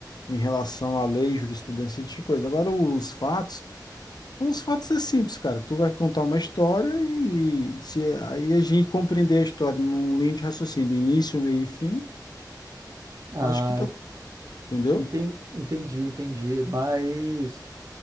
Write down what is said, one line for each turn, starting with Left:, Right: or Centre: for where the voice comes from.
Left: em relação à lei, jurisprudência e tipo de coisa. Agora os fatos os fatos é simples, cara. Tu vai contar uma história e se aí a gente compreender a história num linha de raciocínio, do início, meio e fim,
Right: Ah,
Left: acho que tá, entendeu?
Right: enten- entendi, entendi. Mas.